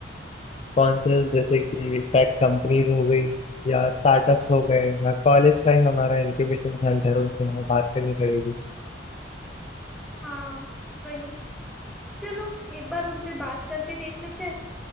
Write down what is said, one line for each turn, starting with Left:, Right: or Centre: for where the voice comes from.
Left: स्पॉन्सर्स जैसे कि टेक कंपनीज हो गई या स्टार्टअप्स हो गए या कॉलेज का ही हमारा इंक्यूबेशन सेंटर है उनसे हमें बात करनी पड़ेगी
Centre: हाँ वही चलो एक बार उनसे बात करके देख लेते हैं